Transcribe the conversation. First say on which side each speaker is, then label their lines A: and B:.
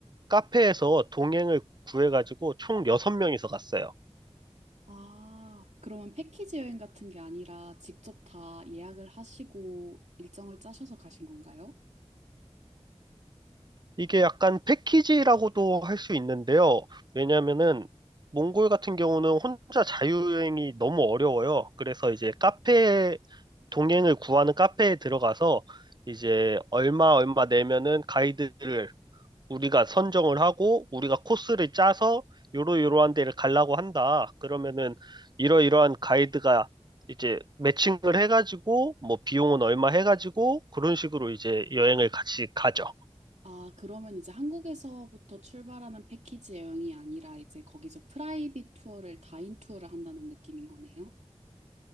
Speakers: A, on the right (about 40°); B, on the right (about 85°).
A: 카페에서 동행을 구해가지고 총 6명이서 갔어요.
B: 아, 그러면 패키지 여행 같은 게 아니라 직접 다 예약을 하시고 일정을 짜셔서 가신 건가요?
A: 이게 약간 패키지라고도 할 수 있는데요. 왜냐면은 몽골 같은 경우는 혼자 자유여행이 너무 어려워요. 그래서 이제 카페 동행을 구하는 카페에 들어가서 이제 얼마 얼마 내면은 가이드를 우리가 선정을 하고 우리가 코스를 짜서 요로요로한 데를 가려고 한다. 그러면은 이러이러한 가이드가 이제 매칭을 해가지고 뭐 비용은 얼마 해가지고 그런 식으로 이제 여행을 같이 가죠.
B: 아, 그러면 이제 한국에서부터 출발하는 패키지 여행이 아니라 이제 거기서 프라이빗 투어를 다인 투어를 한다는 느낌인 거네요?